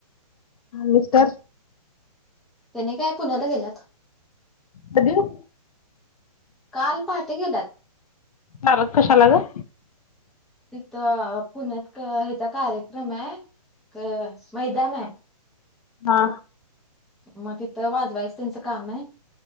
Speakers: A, on the left (about 70°); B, in the centre.
A: मिस्टर?
B: त्यांनी काय पुण्याला गेल्यात.
A: कधी व?
B: काल पहाटे गेल्यात.
A: मारत कशाला ग?
B: तिथं पुण्यात क ह्याचा कार्यक्रम आहे, क मैदान आहे.
A: हा.
B: मग तिथं वाजवायचं त्यांचं काम आहे.